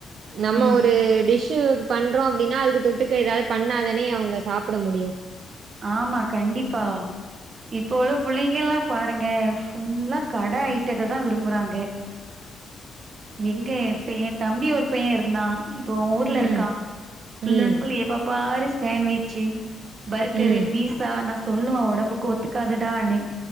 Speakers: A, on the right; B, on the right.
A: நம்ம
B: ம்
A: ஒரு டிஷ் சுக்கு பண்றோ அப்டினா அதுக்கு தொட்டுக்க ஏதாது பண்ணாதானே அவுங்க சாப்புட முடியு
B: ஆமா கண்டிப்பா இப்போ ஒள்ள புள்ளைங்கெல்லா பாருங்க ஃபுல்லா கட ஐட்டத்ததா விரும்புறாங்க எங்கே இப்ப எ தம்பி ஒரு பைய இருந்தா இப்போ அவு ஊர்ல
A: ம்
B: இருக்கா ஃபுல்
A: ம்
B: அண்ட் ஃபுல் எப்ப பாரு சான்ட்விச்சு
A: ம்
B: தெரி பீஸா நா சொல்லுவே ஒடம்பு புக்கு ஒத்துக்காதுடானு